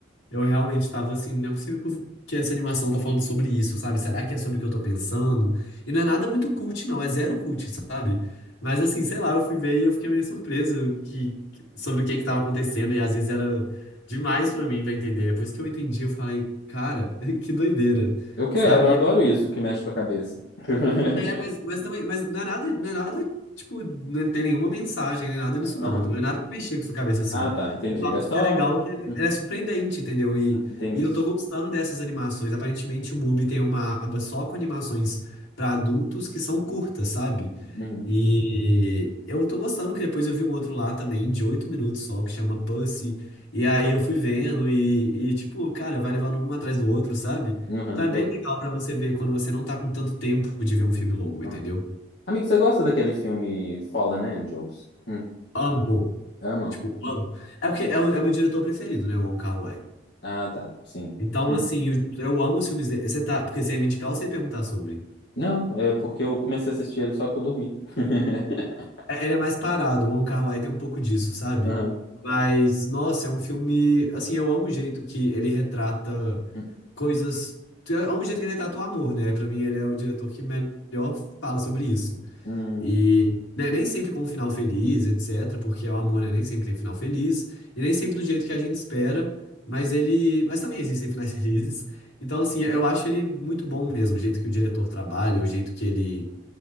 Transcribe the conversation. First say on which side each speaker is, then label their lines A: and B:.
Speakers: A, on the left; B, on the left.
A: eu realmente tava assim, não é possível que eu- que essa animação tá falando sobre isso, sabe? Será que é sobre o que eu tô pensando? E não é nada muito cult, não, é zero cult, sabe? Mas assim, sei lá, eu fui ver e eu fiquei meio surpreso que, que- sobre o que que tava acontecendo, e às vezes era demais pra mim pra entender. Depois que eu entendi, eu falei, cara, <laughs> que doideira,
B: Eu quero,
A: sabe?
B: eu
A: E
B: adoro
A: é
B: isso que mexe com a cabeça. <laughs>
A: É, mas, mas também, mas não é nada, não é nada, tipo, não tem nenhuma mensagem, nem nada
B: Aham.
A: nisso, não. então Não é nada que mexer com sua cabeça assim.
B: Ah, tá, entendi.
A: Eu só
B: É
A: acho
B: só.
A: que é legal que ele-
B: Hum,
A: ela é surpreendente, entendeu? E,
B: Entendi.
A: e eu tô gostando dessas animações. Aparentemente, o MUBI tem uma aba só com animações pra adultos que são curtas, sabe?
B: Uhum.
A: E eu tô gostando que depois eu vi um outro lá também, de oito minutos só, que chama Pussy. E aí eu fui vendo e, e, tipo, cara, vai levando um atrás do outro, sabe?
B: Uhum.
A: Então é bem
B: bota-
A: legal pra você ver quando você não tá com tanto tempo de ver um filme longo,
B: uhum.
A: entendeu?
B: Amigo, você gosta daquele filme Fallen Angels? Hum.
A: Amo.
B: Ama?
A: Tipo,
B: Hum.
A: amo. É porque é o, é o meu diretor preferido, né? O Wong Kar-wai.
B: Ah, tá. Sim.
A: Então,
B: Hum.
A: assim, eu, eu amo os filmes dele. Você tá, porque você ia me indicar ou você ia perguntar sobre?
B: Não, é porque eu comecei a assistir ele só que eu dormi. <laughs>
A: É, ele é mais parado, o Wong Kar-wai tem um pouco disso, sabe?
B: Aham.
A: Mas, nossa, é um filme. Assim, eu amo o jeito que ele retrata
B: Hum,
A: coisas. Eu amo o jeito que ele retrata o amor, né? Pra mim, ele é o diretor que melhor fala sobre isso.
B: hum,
A: E né, nem sempre com um final feliz, etc., porque o amor, né, nem sempre tem final feliz, e nem sempre do jeito que a gente espera, mas ele. Mas também existem finais <laughs> felizes. Então, assim, eu acho ele muito bom mesmo, o jeito que o diretor trabalha, o jeito que ele,